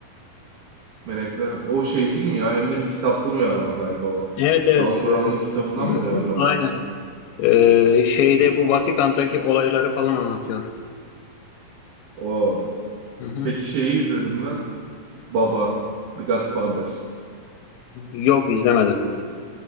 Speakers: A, on the right; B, on the left.
A: Melekler. O şey değil mi ya? Hem de bir kitaptan uyarlama galiba o.
B: Evet evet.
A: Dan
B: e,
A: Brown'un kitabından
B: <clears throat>
A: mı uyarlamaydı?
B: aynen. E, şeyde
A: Hı.
B: bu Vatikan'daki olayları falan anlatıyor.
A: O.
B: Hı hı.
A: Peki şeyi izledin mi? Baba, The Godfather.
B: Yok izlemedim.